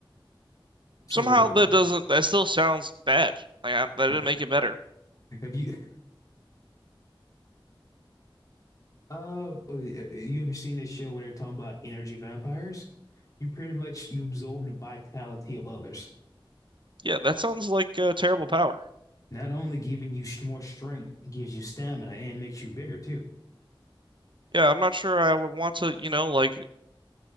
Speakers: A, on the left (about 40°); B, on the right (about 65°).
A: So
B: Somehow that
A: if you,
B: doesn't that still sounds bad. Like I, that
A: yeah,
B: didn't make it better.
A: have you Uh, uh, you ever seen this show where they're talking about energy vampires? You pretty much you absorb the vitality of others.
B: Yeah, that sounds like uh, terrible power.
A: Not only giving you sh- more strength, it gives you stamina and makes you bigger too.
B: Yeah, I'm not sure I would want to, you know, like